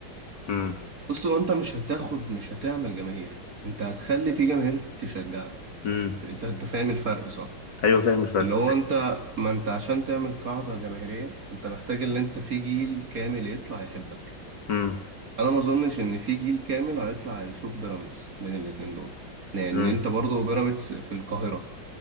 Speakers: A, on the left; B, on the right.
A: امم
B: بص هو انت مش هتاخد مش هتعمل جماهير انت هتخلي في جماهير تشجعك
A: امم
B: انت انت فاهم الفرق صح
A: ايوه فاهم الفرق
B: اللي هو انت ما انت عشان تعمل قاعدة جماهيرية انت محتاج ان انت في جيل كامل يطلع يحبك
A: امم
B: انا ما اظنش ان في جيل كامل هيطلع يشوف بيراميدز بين الاتنين دول لان
A: امم
B: انت برضه بيراميدز في القاهرة